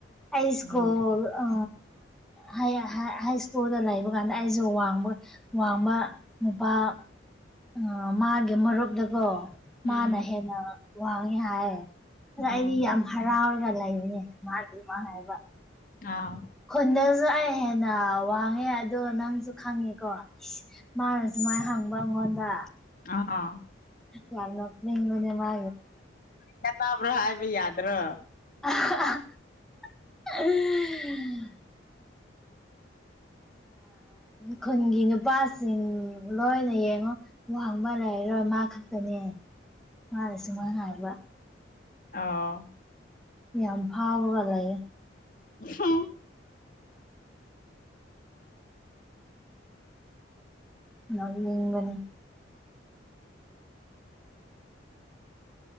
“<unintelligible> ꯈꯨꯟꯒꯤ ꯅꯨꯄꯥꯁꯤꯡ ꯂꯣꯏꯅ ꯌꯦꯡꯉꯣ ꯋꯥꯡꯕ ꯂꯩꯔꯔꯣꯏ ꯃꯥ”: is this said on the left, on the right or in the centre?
Centre